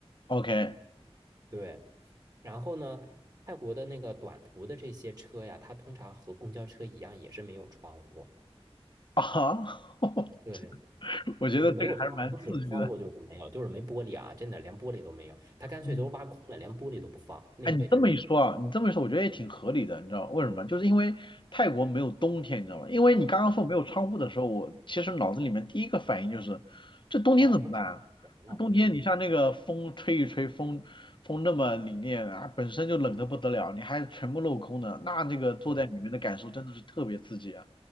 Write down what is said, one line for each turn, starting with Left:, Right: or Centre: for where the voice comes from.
Left: ，OK，
Right: 对，然后呢，泰国的那个短途的这些车呀，它通常和公交车一样，也是没有窗户。
Left: 啊，<laughs>
Right: 对，
Left: 我觉得这个还是蛮刺激的。
Right: 就是没有窗户，就是窗户就是没有，就是没玻璃啊，真的连玻璃都没有，它干脆都挖空了，
Left: 嗯，
Right: 连玻璃都不放，那个位置连
Left: 哎，你这么一说啊，你这么一说，我觉得也挺合理的，你知道为什么吗就是因为泰国没有冬天，你知道吗？因为你刚刚说没有窗户的时候，我其实脑子里面第一个反应就是，这冬天怎么办啊？
Right: 哦，都是人了。
Left: 这冬天你像那个风吹一吹，
Right: 啊对对对
Left: 风风那么凛冽啊，本身就冷得不得了，你还全部镂空的，那那个坐在里面的感受真的是特别刺激啊。
Right: 对，